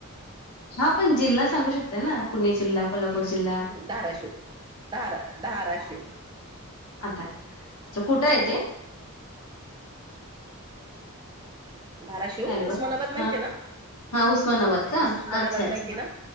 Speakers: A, on the left; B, on the right.
A: हां पण जिल्हा सांगू शकताय ना पुणे जिल्हा, कोल्हापूर जिल्हा.
B: धाराशिव धारा धाराशिव
A: आता कुठे आहे ते?
B: <inaudible> धाराशिव
A: हॅलो
B: उस्मानाबाद माहितीय
A: हां
B: ना
A: हां उस्मानाबाद का
B: उस्मानाबाद
A: अच्छा!
B: माहिती
A: अच्छा!
B: ना